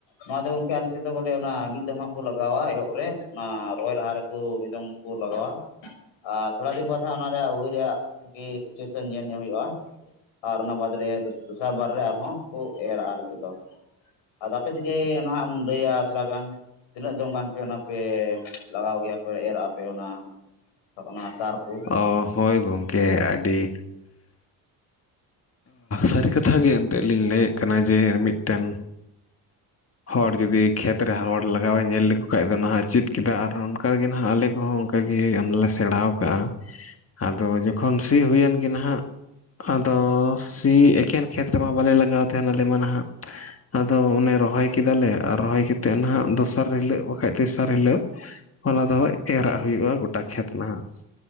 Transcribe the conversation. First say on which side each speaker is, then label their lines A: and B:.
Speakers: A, on the left (about 75°); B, on the left (about 30°).
A: ᱱᱚᱣᱟ ᱫᱚ ᱜᱚᱢᱠᱮ ᱟᱞᱮ ᱥᱮᱫ ᱫᱚ ᱵᱚᱞᱮ ᱚᱱᱟ ᱢᱤᱫ ᱫᱚᱢ ᱦᱟᱸᱜ ᱠᱚ ᱞᱟᱜᱟᱣᱟ ᱮᱦᱚᱵ ᱨᱮ ᱚᱱᱟ ᱨᱚᱦᱚᱭ ᱞᱟᱦᱟᱨᱮ ᱠᱚ ᱢᱤᱫᱫᱚᱢ ᱠᱚ ᱞᱟᱜᱟᱣᱟ, ᱟᱨ ᱛᱷᱚᱲᱟ ᱫᱤᱱ ᱵᱟᱫ ᱦᱟᱸᱜ ᱚᱱᱟ ᱨᱮᱭᱟᱜ ᱦᱩᱲᱩ ᱨᱮᱭᱟᱜ ᱜᱮ ᱥᱤᱪᱩᱭᱮᱥᱚᱱ ᱧᱮᱞ ᱧᱚᱜ ᱦᱩᱭᱩᱜᱼᱟ᱾ ᱟᱨ ᱚᱱᱟ ᱵᱟᱫᱽ ᱨᱮ ᱫᱚᱥᱟᱨ ᱵᱟᱨ ᱨᱮ ᱟᱨᱦᱚᱸ ᱠᱚ ᱮᱨᱟᱜᱼᱟ ᱟᱞᱮᱥᱮᱫ ᱫᱚ᱾ ᱟᱨ ᱟᱯᱮ ᱥᱮᱫ ᱜᱮ ᱱᱟᱦᱟᱸᱜ ᱮᱢ ᱞᱟᱹᱭᱟ ᱛᱷᱚᱲᱟ ᱜᱟᱱ ᱛᱤᱱᱟᱹᱜ <unintelligible> ᱚᱱᱟ ᱯᱮ ᱞᱟᱜᱟᱣ ᱜᱮᱭᱟᱯᱮ ᱮᱨᱜᱟ ᱯᱮ ᱚᱱᱟ ᱚᱱᱟ ᱥᱟᱨ ᱠᱚ?
B: ᱚ ᱦᱳᱭ ᱜᱚᱝᱠᱮ ᱟᱹᱰᱤ ᱥᱟᱹᱨᱤ ᱠᱟᱛᱷᱟ ᱜᱮ ᱠᱟᱴᱤᱡ ᱞᱤᱧ ᱞᱟᱹᱭᱮᱫ ᱠᱟᱱᱟ ᱡᱮ ᱢᱤᱫᱴᱮᱱ ᱦᱚᱲ ᱡᱩᱫᱤ ᱠᱷᱮᱛ ᱨᱮ ᱦᱚᱲ ᱞᱟᱜᱟᱣ ᱮ ᱧᱮᱞ ᱞᱮᱠᱚ ᱠᱷᱟᱱᱡ ᱫᱚ ᱱᱟᱦᱟᱸᱜ ᱪᱮᱫ ᱠᱮᱫᱟ ᱟᱨ ᱚᱱᱠᱟᱜᱮ ᱱᱟᱦᱟᱸᱜ ᱟᱞᱮ ᱠᱚᱦᱚᱸ ᱚᱱᱠᱟ ᱜᱮ ᱚᱱᱟ ᱞᱮ ᱥᱮᱬᱟ ᱠᱟᱜᱼᱟ᱾ ᱟᱫᱚ ᱡᱚᱠᱷᱚᱱ ᱥᱤ ᱦᱩᱭᱮᱱ ᱜᱮ ᱱᱟᱦᱟᱸᱜ, ᱟᱫᱚ ᱥᱤ ᱮᱠᱮᱱ ᱠᱷᱮᱛ ᱨᱮᱢᱟ ᱵᱟᱞᱮ ᱞᱟᱜᱟᱣ ᱛᱟᱦᱮᱸᱱᱟᱞᱮ ᱢᱟ ᱱᱟᱦᱟᱸᱜ᱾ ᱟᱫᱚ ᱚᱱᱮ ᱨᱚᱦᱚᱭ ᱠᱮᱫᱟᱞᱮ ᱟᱨ ᱨᱚᱦᱚᱭ ᱠᱟᱛᱮᱫ ᱱᱟᱦᱟᱸᱜ ᱫᱚᱥᱟᱨ ᱦᱤᱞᱳᱜ ᱵᱟᱠᱷᱟᱡ ᱛᱮᱥᱟᱨ ᱦᱤᱞᱳᱜ ᱚᱱᱟ ᱫᱚ ᱮᱨᱟᱜ ᱦᱩᱭᱩᱜᱼᱟ ᱜᱚᱴᱟ ᱠᱷᱮᱛ ᱱᱟᱦᱟᱸᱜ᱾